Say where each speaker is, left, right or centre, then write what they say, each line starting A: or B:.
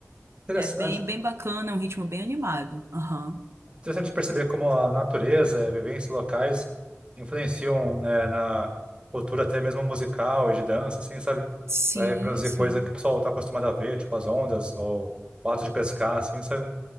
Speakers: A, on the right; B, on the right.
A: Interessante.
B: É bem, bem bacana, é um ritmo bem animado. Aham.
A: Interessante perceber como a natureza, eh, vivências locais influenciam, né, na cultura até mesmo musical e de dança, assim, sabe?
B: Sim,
A: Vai produzir
B: sim.
A: coisa que o pessoal está acostumado a ver, tipo as ondas ou o ato de pescar, assim, sabe?